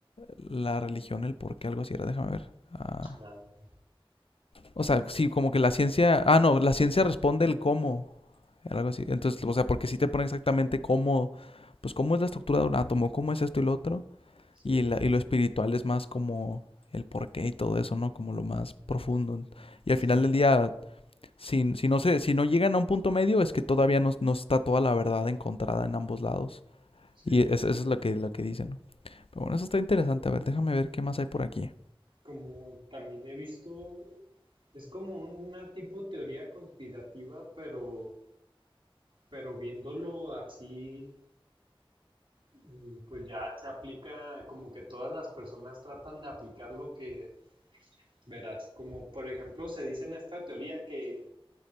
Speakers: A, on the left (about 80°); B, on the right (about 65°).
A: la religión el por qué, algo así era, déjame ver. Ah,
B: Ah,
A: o sea, sí, como que la ciencia, ah, no, la ciencia responde el cómo Algo así. Entonces, o sea, porque si te pone exactamente cómo, pues cómo es la estructura de un átomo, cómo es esto y lo otro.
B: sí,
A: Y, la- y lo espiritual es más como el porqué y todo eso, ¿no? Como lo más profundo. Y al
B: sí,
A: final del día, si, si no se, si no llegan a un punto medio, es que todavía no, no está toda la verdad encontrada en ambos lados.
B: sí.
A: Y es- eso es lo que, lo que dicen, ¿no? Pero bueno, eso está interesante. A ver, déjame ver qué más hay por aquí.
B: Como también he visto, es como una tipo teoría conspirativa, pero, pero viéndolo así, mm, pues ya se aplica como que todas las personas tratan de aplicar lo que Verás, como por ejemplo se dice en esta teoría que,